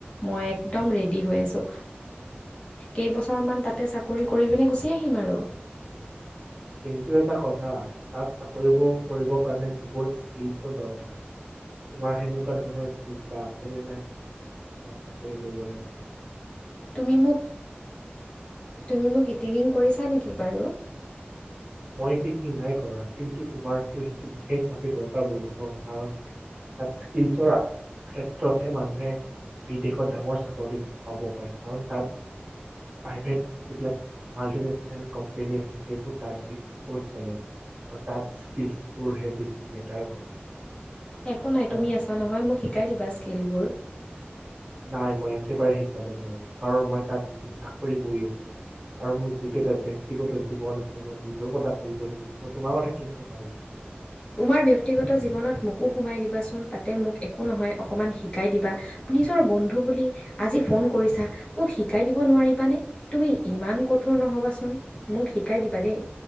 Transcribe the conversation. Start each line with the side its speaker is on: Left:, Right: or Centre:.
Left: মই একদম ৰেড্ডী। হৈ আছো। কেইবছৰমান তাতে চাকৰি কৰি পিনে গুচি আহিম আৰু।
Right: কিন্তু এটা কথা তাত চাকৰি কৰিবৰ কাৰণে বহুত স্কিলছৰ দৰকাৰ তোমাৰ সেনেকুৱা ধৰণৰ স্পীচ বা আছে নে নাই তাত চাকৰি কৰিবলে
Left: তুমি মোক তুমি মোক ইটিকিং কৰিছা নেকি বাৰু <inaudible>
Right: মই এতি কি নাই কৰা কিন্তু তোমাৰো সেইটো বিশেষ ভাৱে দৰকাৰ পৰিব ন কাৰণ তাত স্কিল চৰা ক্ষেত্ৰতহে মানুহে বিদেশত ডাঙৰ চাকৰি পাব পাৰে কাৰণ তাত প্ৰাইভেট যিবিলাক মাল্টিনেচনেল কোম্পনী আছে সেইবোৰ তাত বেছিকৈ চলে আৰু তাত স্কিলচবোৰহে বেছি মেটাৰ কৰে।
Left: একো নাই
Right: তাত
Left: তুমি আছা নহয় মোক শিকাই দিবা স্কিলবোৰ
Right: নাই মই একেবাৰে শিকাব নোৱাৰিম কাৰণ মই তাত নিজে চাকৰি কৰি আছো। আৰু মোৰ যিটো এটা ব ব্যক্তিগত জীৱন আছে মই নিজৰ কথা ভাবিব লাগিব মই তোমাৰ কথা কেনেকে ভাবিছো আৰু
Left: তোমাৰ ব্য্য়ক্তিগত জীৱনত মোকো সোমাই দিবাচোন তাতে মোক একো নহয় অকমান শিকাই দিবা। নিজৰ বন্ধু বুলি আজি ফোন কৰিছা মোক শিকাই দিব নোৱাৰিবানে তুমি ইমান কঠ কোৰ নহ'বাচোন মোক শিকাই দিবা দেই